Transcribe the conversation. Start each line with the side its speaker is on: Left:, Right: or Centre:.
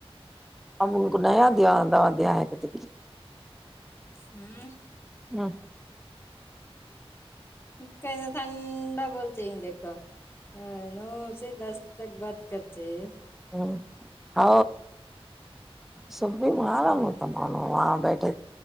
Centre: ا ان کو نیا د د دیا ہے کہ تھ
Left: ہوں
Centre: ہوں
Left: کہ تڈا بوللی چ دک ہاں نا سے دس تک بات کرتے ہیں
Centre: ہ ہ سب بھی مارام تمر وہاں بیٹھے